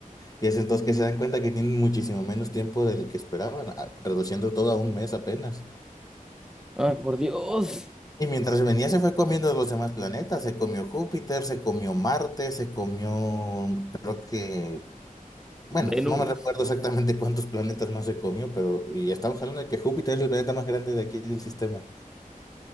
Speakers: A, on the left; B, in the centre.
A: Y es entonces que se dan cuenta que tienen muchísimo menos tiempo del que esperaban, a- reduciendo todo a un mes apenas.
B: Ay, por Dios.
A: Y mientras venía se fue comiendo los demás planetas, se comió Júpiter, se comió Marte, se comió, creo que, bueno,
B: Venus.
A: no me recuerdo exactamente <laughs> cuántos planetas más se comió, pero y estamos hablando de que Júpiter es el planeta más grande de aquí del sistema.